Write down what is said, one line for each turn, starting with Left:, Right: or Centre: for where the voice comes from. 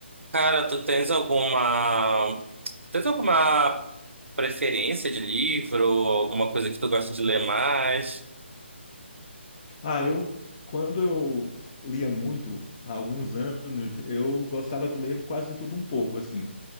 Right: Cara, tu tens alguma. Tu tens alguma preferência de livro? Alguma coisa que tu gosta de ler mais?
Left: Ah, eu, quando eu lia muito, há alguns anos, eu gostava de ler quase de tudo um pouco, assim.